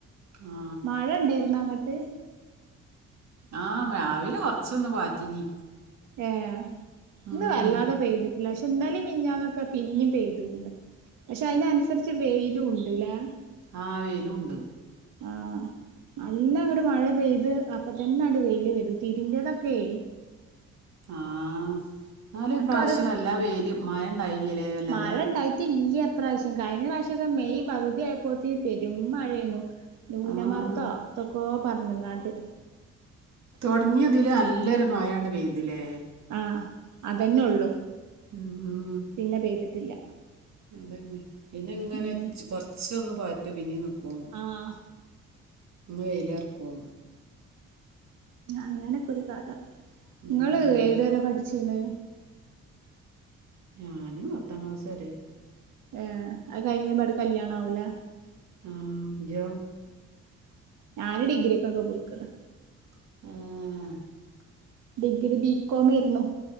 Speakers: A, on the right (about 60°); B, on the right (about 90°).
A: ആ
B: മഴ ഇണ്ടായിര്ന്ന അങ്ങ ട്ട്
A: ആഹ് രാവിലെ കൊറച്ചൊന്ന് പാറ്റീനി
B: ഏ
A: ഉം.
B: ഇന്ന് വല്ലാതെ പെയ്തിട്ടില്ല ശെ ഇന്നലിം മിനിഞ്ഞാന്നൊക്കെ പിന്നിം പെയ്ത്ക്ക്ണ് പക്ഷെ അയിനനുസരിച്ച് വെയിലും ഉണ്ട്ല്ലേ
A: ആവേലും ഉണ്ട്
B: ആഹ് നല്ലങ്ങോട്ട് മഴ പെയ്ത് അപ്പ തന്നെട് വെയില് വരും തിരിമ്പിതൊക്കെ
A: ആഹ് എന്നല് പ്രാവശ്യം
B: അവിടെ ഒരു
A: വല്ല വെയില് മായ ഉണ്ടായില്ലലേ വല്ലാതെ
B: മഴ ഉണ്ടായിട്ടില്ല ഇപ്രാവശ്യം കഴിഞ്ഞ പ്രാവശ്യക്കെ മെയ് പകുതിയപ്പോന് പെരും മഴയ്നു ന്യൂനമർതോ
A: ആ
B: എതൊക്കോ പറഞ്ഞ്ങ്ങാണ്ട്
A: തുടങ്ങിതില് നല്ലൊരു മഴാണ് പെയ്തില്ലേ
B: ആഹ് അതെന്നെള്ളൂ
A: ഉം,
B: പിന്നെ പെയ്തിട്ടില്ല
A: അതന്നെ പിന്നെ ഇങ്ങനെ
B: ഉം
A: കൊറച്ചൊന്ന് പാറ്റോ പിന്നീ നിക്കും
B: ആ
A: വെയിലർക്കും
B: ആഹ് അങ്ങനൊക്കെ ഒരു കഥ
A: ഉം,
B: നിങ്ങള് ഏതുവരെ പഠിച്ചിന്ന്
A: ഞാന് പത്താം ക്ലാസ് വരെ
B: ഏ അത് കഴിഞ്ഞമ്പട കല്യാണ ആവൂല
A: <inaudible>
B: ഞാന് ഡിഗ്രിയ ഒക്കൊക്കെ പോയികണ്
A: <inaudible>
B: ഡിഗ്രി ബികോം ആരുന്നു